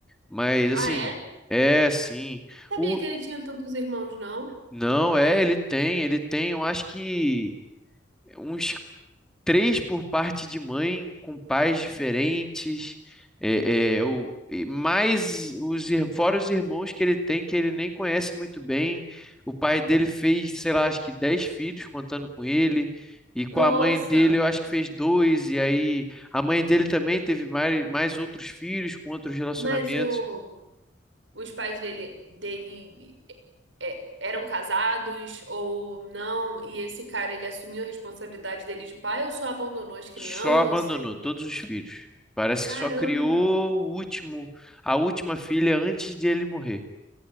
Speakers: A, in the centre; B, on the right.
A: mas
B: Ah,
A: assim,
B: é? Não
A: é assim.
B: Sabia
A: O...
B: que ele tinha tantos irmãos, não?
A: Não, é, ele tem, ele tem, eu acho que. Uns três por parte de mãe, com pais diferentes, é,
B: Hum.
A: é, o- e mais os, ir- fora os irmãos que ele tem, que ele nem conhece muito bem. O pai dele fez, sei lá, acho que dez filhos contando com ele. E com
B: Nossa,
A: a mãe dele, eu acho que fez dois, e aí a mãe dele também teve mais, mais outros filhos com outros relacionamentos,
B: mas o, os pais dele, dele é, eram casados ou não? E esse cara, ele assumiu a responsabilidade dele de pai ou só abandonou as crianças?
A: só abandonou todos os filhos. Parece que
B: Caramba!
A: só criou o último, a última filha antes de ele morrer.